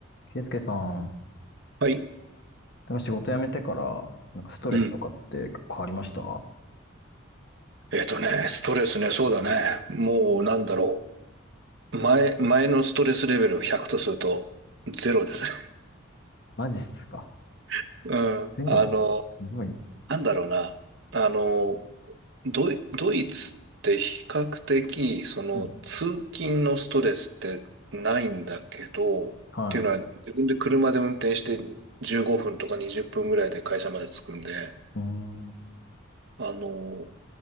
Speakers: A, on the left; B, on the right.
A: ケイスケさん、
B: はい。
A: なんか仕事辞めてから、なんかストレスとかって結構変わりました
B: うん。えっとね、ストレスね、そうだね。もう、なんだろう。前、前のストレスレベルを100とすると、ゼロですね。
A: マジっすか。
B: <laughs> うん。
A: ゼロ。
B: <laughs> あの、
A: すごいな。
B: なんだろうな。あの、ドイ、ドイツって比較的、その、
A: うん。
B: 通勤のストレスってないんだけど、っていうのは、
A: はい。
B: 自分で車で運転して15分とか20分ぐらいで会社まで着くんで、
A: うーん。うん
B: あの、